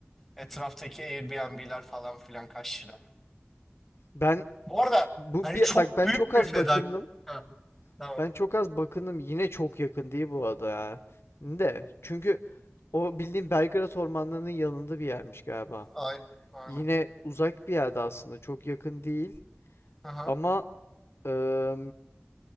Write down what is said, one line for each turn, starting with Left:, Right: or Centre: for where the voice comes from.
Centre: Etraftaki Airbnb'ler falan filan kaç lira.
Left: Ben
Centre: Bu arada
Left: bu
Centre: hani
Left: bir,
Centre: çok
Left: bak ben
Centre: büyük
Left: çok az
Centre: bir fedakarlık.
Left: bakındım.
Centre: Ha, tamam.
Left: Ben çok az bakındım. Yine çok yakın değil bu arada ya. De çünkü o bildiğim Belgrad ormanlarının yanında bir yermiş galiba.
Centre: Aynen. Aynen.
Left: Yine uzak bir yerde aslında. Çok yakın değil.
Centre: Aha.
Left: Ama Eee